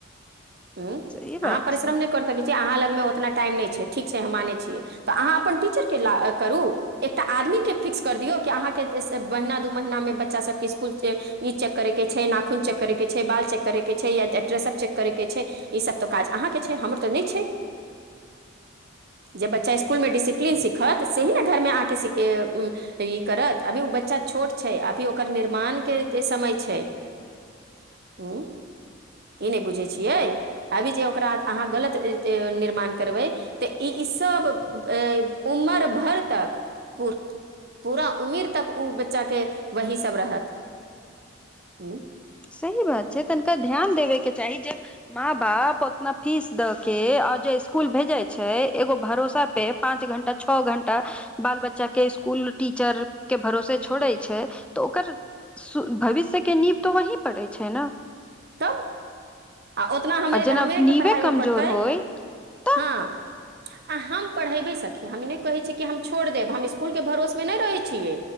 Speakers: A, on the right; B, in the centre.
A: ह
B: सही
A: अहाँ
B: बात
A: परिश्रम
B: छै
A: ने कर सकै अाँ लगमे ओतना टाइम नहि छै ठीक छै हम मानै छियै तऽ अहाँ अपन टीचर ला करू एकटा आदमीकेँ फिक्स कर दियौ कि अहाँके महीना दू महीनामे बच्चासभके इस्कुल के ई चेक करे के छै नाखून चेक करे के छै बाल चेक करे के छै या ड्रेस्प चेक करैके छै ई सब तऽ काज अहाँके छै हमर तऽ नहि छै जे बच्चा इस्कुलमे डिसिप्लीन सीखत सेही ने घरमे आके सीखै <unintelligible> ई करत अभी ओ बच्चा छोट छै अभी ओकर निर्माण के जे समय छै उ ई नै बुझै छियै अभी जे ओकरा अहाँ गलत निर्माण करबै तऽ ई सब उमर भर तक पु पूरा उमीर तक ओ बच्चाे के वही सब रहत उ
B: सही बात छै तनिका ध्यान देबेके चाही जे माँ बाप ओतना फीस दअ के आ जे स्कूल भेजे छै एगो भरोसा पे पाँच घण्टा छौ घण्टा बाल बच्चा के स्कुल टीचर के भरोसे छोड़ै छै तऽ ओकर सूर भविष्यके नीव तऽ वही पड़ैत छै न
A: तब आ ओतना हमे
B: आ जेना
A: हमेरके
B: नीवे
A: पढाबे
B: कमजोर
A: पड़तै
B: होय तऽ
A: हँ आ हम पढ़ेबे सखी हम इ नै कहै छी कि हम छोड़ देब हम इसकुल के भरोसे मे नहि रहै छियै